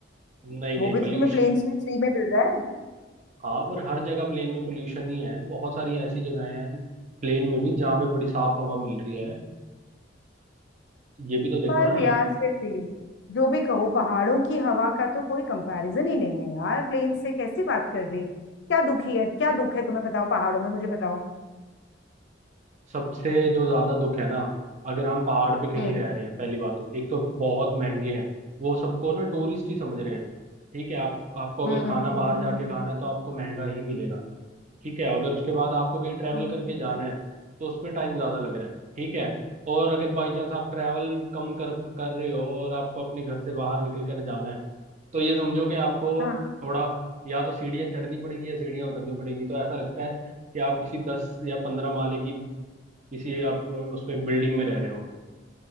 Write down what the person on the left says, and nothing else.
वो
भी तो
तुम्हें प्लेन्स में फ्री में मिल रहा है
पर
यार फिर भी जो भी कहो पहाड़ों की हवा का तो कोई कंपैरिजन ही नहीं है यार प्लेन से कैसी बात कर दी क्या दुखी है क्या दुख है तुम्हें बताओ पहाड़ों में मुझे बताओ
हम्म
हम्म
हम्म,
हम्म।
हाँ